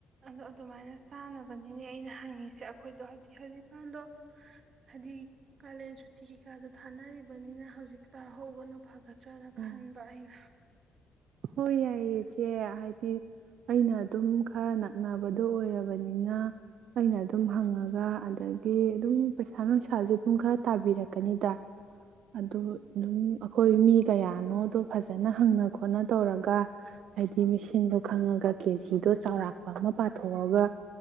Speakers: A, on the right; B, on the right.
A: ꯑꯗꯣ ꯑꯗꯨꯃꯥꯏꯅ ꯆꯥꯅꯕꯅꯤꯅꯦ ꯑꯩꯅ ꯍꯪꯉꯤꯁꯦ ꯑꯩꯈꯣꯏꯗꯣ ꯍꯥꯏꯕꯗꯤ ꯍꯧꯖꯤꯛꯀꯥꯟꯗꯣ ꯍꯥꯏꯗꯤ ꯀꯥꯂꯦꯟ ꯁꯨꯇꯤ ꯀꯩꯀꯥꯗꯣ ꯊꯥꯅꯔꯤꯕꯅꯤꯅ ꯍꯧꯖꯤꯛ ꯆꯥꯍꯧꯕꯅ ꯐꯒꯠ ꯆ꯭ꯔꯥꯅ
B: ꯑꯣ
A: ꯈꯟꯕ ꯑꯩꯅ
B: ꯍꯣꯏ ꯌꯥꯏꯌꯦ ꯏꯆꯦ ꯍꯥꯏꯗꯤ ꯑꯩꯅ ꯑꯗꯨꯝ ꯈꯔ ꯅꯛꯅꯕꯗꯣ ꯑꯣꯏꯔꯕꯅꯤꯅ ꯑꯩꯅ ꯑꯗꯨꯝ ꯍꯪꯉꯒ ꯑꯗꯒꯤ ꯑꯗꯨꯝ ꯄꯩꯁꯥ ꯅꯨꯡꯁꯥꯁꯨ ꯑꯗꯨꯝ ꯈꯔ ꯇꯥꯕꯤꯔꯛꯀꯅꯤꯗ
A: ꯎꯝ
B: ꯑꯗꯨ ꯑꯗꯨꯝ ꯑꯩꯈꯣꯏ ꯃꯤ ꯀꯌꯥꯅꯣꯗꯣ ꯐꯖꯅ ꯍꯪꯅ ꯈꯣꯠꯅ ꯇꯧꯔꯒ ꯍꯥꯏꯗꯤ ꯃꯤꯁꯤꯡꯗꯣ ꯈꯪꯉꯒ ꯀꯦꯖꯤꯗꯣ ꯆꯥꯎꯔꯥꯛꯄ ꯑꯃ ꯄꯥꯊꯣꯛꯑꯒ